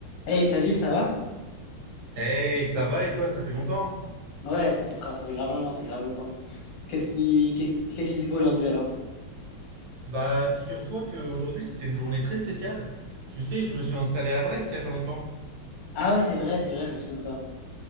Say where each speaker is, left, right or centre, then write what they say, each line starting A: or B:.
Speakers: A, on the left (about 65°); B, on the right (about 70°).
A: Hey, salut, ça va?
B: Hey, ça va et toi, ça fait longtemps?
A: Ouais, ça fait, tra- ça fait grave longtemps, c'est grave longtemps. Qu'est-ce qui, qu'est-ce qui, qu'est-ce qui dit beau aujourd'hui alors?
B: Bah, figure-toi qu'aujourd'hui, c'était une journée très spéciale. Tu sais, je me suis installé à Brest il y a pas longtemps.
A: Ah ouais, c'est vrai, c'est vrai, je me souviens de ça.